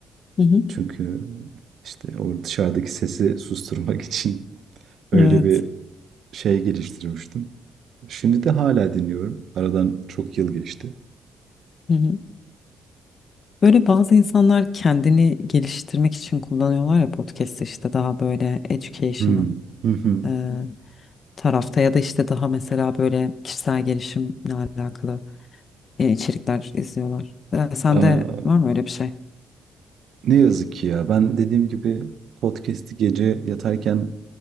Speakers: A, on the left (about 50°); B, on the right (about 65°).
A: hı hı.
B: Çünkü işte o dışarıdaki sesi susturmak için Öyle
A: Evet.
B: bir şey geliştirmiştim. Şimdi de hala dinliyorum. Aradan çok yıl geçti.
A: Hı hı. Böyle bazı insanlar kendini geliştirmek için kullanıyorlar ya podcast'ı işte daha böyle educational.
B: Hmm, Hı hı.
A: e, tarafta ya da işte daha mesela böyle kişisel gelişimle alakalı e, içerikler izliyorlar. E, sende
B: Aa,
A: var mı öyle bir şey?
B: ne yazık ki ya. Ben dediğim gibi podcast'i gece yatarken